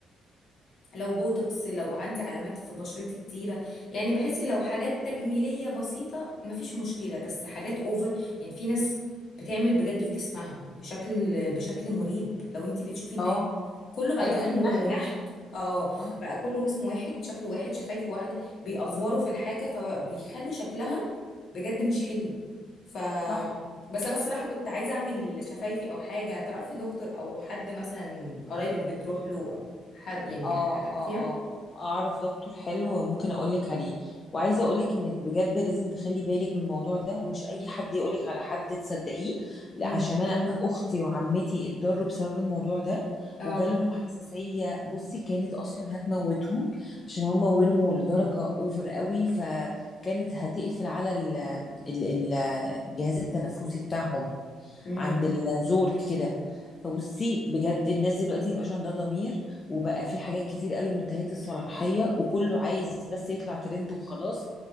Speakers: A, on the left; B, on the left.
A: لو بوتوكس لو عندي علامات في بشرتي كتيرة يعني بحس لو حاجات تجميلية بسيطة مفيش مشكلة بس حاجات اوفر يعني في ناس بتعمل بجد في جسمها بشكل بشكل مريب لو انت بتشوفي الناس
B: آه.
A: كله بقى
B: ايوه
A: جسمه
B: اي نح
A: نحت اه
B: اه
A: بقى كله جسم واحد شكله واحد شفايف واحدة بيأفوروا
B: مم.
A: في الحاجة فبيخلوا شكلها بجد مش حلو ف
B: صح
A: بس انا الصراحة كنت عايزة اعمل شفايفي او حاجة تعرفي دكتور او حد مثلا قرايبك بتروح له ح... يعني
B: اه
A: حاجات
B: اه
A: فيها
B: اه اعرف دكتور حلو ممكن اقولك عليه وعايزه اقولك انك بجد لازم تخلي بالك من الموضوع ده ومش اي حد يقولك على حد تصدقيه لا،
A: امم
B: عشان انا أنا اختي وعمتي اتضروا بسبب الموضوع ده
A: اه
B: وجالهم حساسيه بصي كانت اصلا هتموتهم عشان هم ورموا لدرجه اوفر قوي فكانت هتقفل على ال- ال- ال- الجهاز التنفسي بتاعهم
A: امم
B: عند الزور كده فبصي بجد الناس دلوقتي مبقاش عندها ضمير وبقى في حاجات كتير قوي منتهية الصلاحية وكله عايز بس يطلع ترند وخلاص